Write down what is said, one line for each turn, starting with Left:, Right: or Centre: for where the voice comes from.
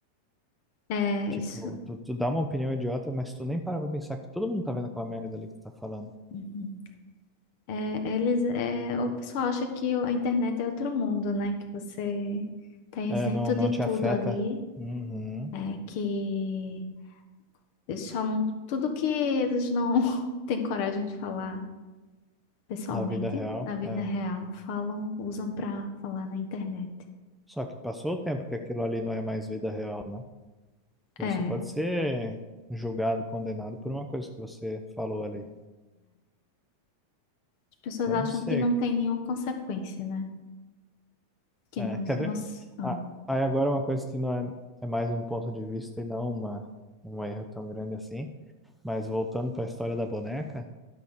Left: É
Centre: Tipo,
Left: isso.
Centre: tu, tu dá uma opinião idiota, mas tu nem para pra pensar que todo mundo tá vendo aquela merda ali que tu tá falando.
Left: Uhum. É, eles, é, o pessoal acha que o- a internet é outro mundo, né? Que você tá isento
Centre: É, não, não
Left: de tudo
Centre: te afeta.
Left: ali.
Centre: Uhum.
Left: É que eles falam tudo que eles não <laughs> têm coragem de falar pessoalmente
Centre: na vida real.
Left: na vida
Centre: É.
Left: real, falam, usam pra falar na internet.
Centre: Só que passou o tempo que aquilo ali não é mais vida real, né? Porque
Left: É,
Centre: você pode
Left: é.
Centre: ser julgado, condenado por uma coisa que você falou ali.
Left: As pessoas
Centre: Então,
Left: acham
Centre: não sei.
Left: que não tem nenhuma consequência, né? Que
Centre: É,
Left: não,
Centre: quer ver?
Left: não, s- ah,
Centre: Ah, aí agora é uma coisa que não é, é mais um ponto de vista e não uma, um erro tão grande assim. Mas voltando para a história da boneca,